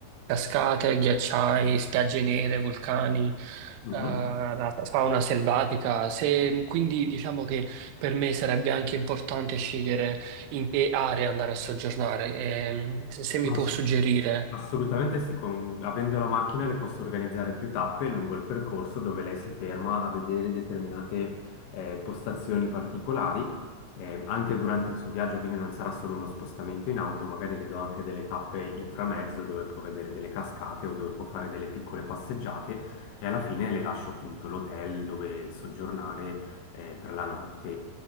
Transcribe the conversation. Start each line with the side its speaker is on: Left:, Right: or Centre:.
Right: cascate, ghiacciai, spiagge nere, vulcani,
Left: Mhm.
Right: eh, la fauna selvatica. Se- quindi diciamo che per me sarebbe anche importante scegliere in che area andare a soggiornare. Ehm, se, se
Left: Ma
Right: mi può suggerire.
Left: Assolutamente sì, con- avendo la macchina le posso organizzare più tappe lungo il percorso dove lei si ferma a vedere determinate eh, postazioni particolari, ehm, anche durante il suo viaggio, quindi non sarà solo uno spostamento in auto, magari le do anche delle tappe in framezzo dove può vedere delle cascate o dove può fare delle piccole passeggiate e alla fine le lascio appunto l'hotel dove soggiornare eh, per la notte